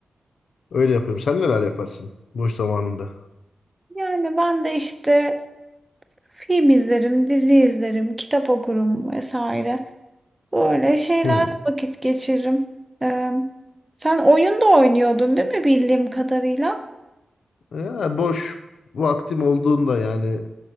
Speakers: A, on the left; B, on the right.
A: öyle yapıyorum. Sen neler yaparsın boş zamanında?
B: Yani ben de işte film izlerim, dizi izlerim, kitap okurum vesaire. Böyle şeylerle
A: Hı.
B: vakit geçiririm. Ee, sen oyun da oynuyordun değil mi bildiğim kadarıyla?
A: Ya boş vaktim olduğunda yani